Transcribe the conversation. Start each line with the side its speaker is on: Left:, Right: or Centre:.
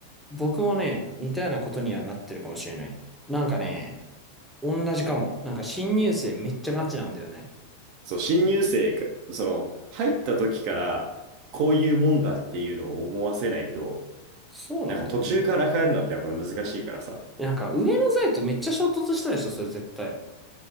Centre: 僕もね、似たようなことにはなってるかもしれない。なんかね、同じかも。なんか新入生めっちゃガチなんだよね。
Right: そう、新入生か、その、入った時から、こういうもんだっていうのを思わせないと、
Centre: そうなんだよね。
Right: なんか途中から変えるのってやっぱ難しいからさ。
Centre: なんか上の代とめっちゃ衝突したでしょ、それ絶対。